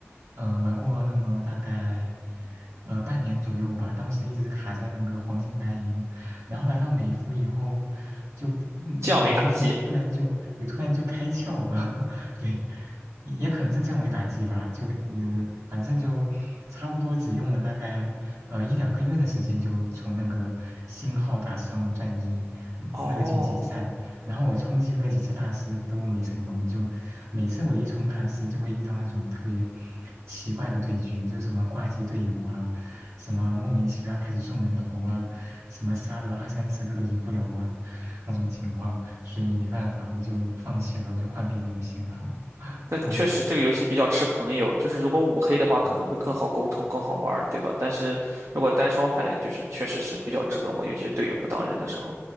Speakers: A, on the right; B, on the right.
A: 嗯，玩过那么大概呃半年左右吧。当时一直卡在那个黄金白银，然后来到美服以后，就嗯有一天突然就对突然就开窍了，
B: 降维打击。
A: <laughs> 对，也可能是降维打击吧，就嗯、反正就差不多只用了大概呃一两个月的时间，就从那个星号打上了钻一。
B: 哦，
A: 那个晋级赛，然后我冲击了几次大师都没成功，就每次我一冲大师就会遇到那种特别奇怪的对局，就什么挂机队友啊，什么莫名其妙开始送人头啊，什么杀了二三十个都赢不了啊，那种情况，所以没办法，我就放弃了，我就换别的游戏了。<laughs>
B: 那确实这个游戏比较吃朋友，
A: 嗯
B: 就是如果五黑的话可能会更好沟通、
A: 嗯
B: 更好玩儿，对吧？但是如果单双排，就是确实是比较折磨，尤其是队友不当人的时候。